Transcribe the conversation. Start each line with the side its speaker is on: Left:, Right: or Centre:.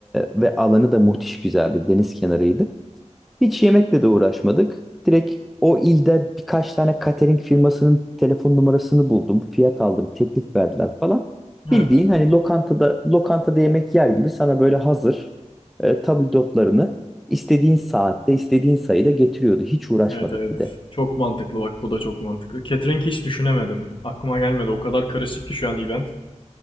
Centre: ve alanı da muhtiş güzeldi. Deniz kenarıydı. Hiç yemekle de uğraşmadık. Direkt o ilde birkaç tane catering firmasının telefon numarasını buldum. Fiyat aldım, teklif verdiler falan.
Left: Evet.
Centre: Bildiğin hani lokantada lokantada yemek yer gibi sana böyle hazır e, tabldotlarını istediğin saatte, istediğin sayıda getiriyordu. Hiç uğraşmadık
Left: Evet evet.
Centre: bir de.
Left: Çok mantıklı bak bu da çok mantıklı. Catering hiç düşünemedim. Aklıma gelmedi. O kadar karışık ki şu an event.